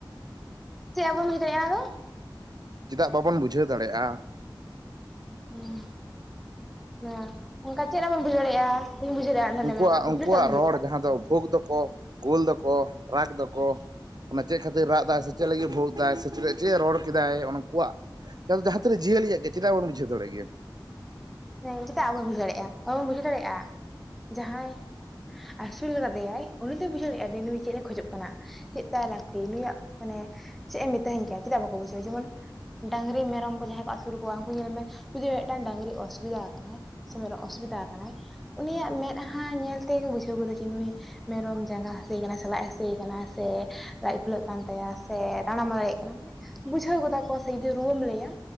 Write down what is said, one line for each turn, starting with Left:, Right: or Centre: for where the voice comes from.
Centre: ᱪᱮ ᱟᱵᱚ ᱢᱤᱫ ᱫᱟᱲᱮᱜ ᱟᱵᱚ?
Right: ᱪᱮᱫᱟᱜ ᱵᱟᱵᱚᱱ ᱵᱩᱡᱷᱟᱹᱣ ᱫᱟᱲᱮᱭᱟᱜᱼᱟ?
Centre: ᱦᱮᱸ ᱱᱟ ᱚᱱᱠᱟ ᱪᱮᱫ ᱨᱟ ᱵᱚᱱ ᱵᱩᱡᱷᱟᱹᱣ ᱫᱟᱲᱮᱭᱟᱜᱼᱟ ᱵᱟᱹᱧ ᱵᱩᱡᱷᱟᱹᱣ ᱫᱟ, ᱛᱟᱦᱚᱞᱮ
Right: ᱩᱱᱠᱩᱣᱟᱜ
Centre: ᱢᱟ ᱠᱩᱠᱞᱤ
Right: ᱩᱱᱠᱩᱣᱟᱜ
Centre: ᱴᱟᱜ
Right: ᱨᱚᱲ ᱡᱟᱦᱟᱸ ᱫᱚ ᱵᱷᱩᱜᱽ ᱫᱚᱠᱚ ᱜᱳᱞ ᱫᱚᱠᱚ ᱨᱟᱜᱽ ᱫᱚᱠᱚ, ᱚᱱᱟ ᱪᱮᱫ ᱠᱷᱟᱹᱛᱤᱨ ᱨᱟᱜ ᱫᱟᱭ ᱥᱮ ᱪᱮᱫ ᱞᱟᱹᱜᱤᱫ ᱵᱷᱩᱜᱽ ᱫᱟᱭ ᱥᱮ ᱪᱮᱫ ᱪᱮᱫ ᱮ ᱨᱚᱲ ᱠᱮᱫᱟᱭ ᱩᱱᱠᱩᱣᱟᱜ <unintelligible> ᱠᱟᱞᱡᱟᱦᱟᱸ ᱛᱤᱱᱟᱹᱜ ᱡᱤᱭᱟᱹᱟᱹᱞᱤᱭᱟᱹᱜ ᱜᱮ ᱪᱮᱫᱟᱜ ᱵᱚᱱ ᱵᱩᱡᱷᱟᱹᱣ ᱫᱟᱲᱮᱜ ᱜᱮᱭᱟ᱾
Centre: ᱦᱮᱸ ᱪᱮᱛᱟᱜ ᱟᱵᱚ ᱵᱩᱡᱟᱹᱜ ᱫᱟᱲᱮᱭᱟᱜᱼᱟ ᱟᱵᱚ ᱵᱟᱵᱳ ᱵᱩᱡᱷᱟᱹᱣ ᱫᱟᱲᱮᱭᱟᱜᱼᱟ ᱡᱟᱦᱟᱸᱭ᱾ ᱟᱥᱩᱞ ᱠᱟᱫᱮᱭᱟᱭ ᱩᱱᱤ ᱫᱚᱭ ᱵᱩᱡᱷᱟᱹᱣ ᱫᱟᱲᱮ ᱭᱟᱜᱟᱭ ᱱᱩᱭ ᱪᱮᱫ ᱮ ᱠᱷᱚᱡᱚᱜ ᱠᱟᱱᱟ᱾ ᱪᱮᱫ ᱛᱟᱭ ᱞᱟᱹᱠᱛᱤ ᱱᱩᱭᱟᱜ ᱢᱟᱱᱮ ᱪᱮᱫ ᱮ ᱢᱤᱛᱟᱹᱟᱧ ᱠᱟᱱᱟ ᱪᱮᱫᱟᱜ ᱵᱟᱠᱚ ᱵᱩᱡᱷᱟᱹᱣᱟ ᱡᱮᱢᱚᱱ ᱰᱟᱝᱨᱤ ᱢᱮᱨᱚᱢ ᱠᱚ ᱡᱟᱦᱟᱸᱭ ᱠᱚ ᱟᱹᱥᱩᱞ ᱠᱚᱣᱟ ᱩᱱᱠᱩ ᱧᱮᱞ ᱢᱮ ᱡᱩᱫᱤ ᱢᱤᱫᱴᱟᱝ ᱰᱟᱹᱝᱨᱤ ᱚᱥᱩᱵᱤᱫᱟ ᱟᱠᱟᱱᱟᱭ᱾ ᱥᱚᱢᱚᱭ ᱨᱮ ᱚᱥᱩᱵᱤᱫᱟ ᱟᱠᱟᱱᱟᱭ᱾ ᱩᱱᱤᱭᱟᱜ ᱢᱮᱫᱦᱟ ᱧᱮᱞ ᱛᱮᱜᱮ ᱵᱩᱡᱷᱟᱹᱣ ᱜᱚᱫᱟ ᱡᱮ ᱱᱩᱭ ᱢᱮᱨᱚᱢ ᱡᱟᱸᱜᱟ ᱦᱟ ᱦᱟᱹᱥᱩᱭᱮ ᱠᱟᱱᱟ ᱥᱮ ᱞᱟᱡ ᱦᱟᱹᱥᱩᱭᱮ ᱠᱟᱱᱟ ᱥᱮ ᱞᱟᱡ ᱯᱷᱩᱞᱟᱹᱜ ᱠᱟᱱ ᱛᱟᱭᱟ ᱥᱮ ᱛᱟᱲᱟᱢ ᱵᱟᱭ ᱫᱟᱲᱮᱭᱟᱜ ᱠᱟᱱᱟ᱾ ᱵᱩᱡᱷᱟᱹᱣ ᱜᱚᱫᱟ ᱠᱚ ᱥᱮ ᱡᱩ ᱨᱩᱣᱟᱹᱢ ᱞᱟᱹᱭᱟ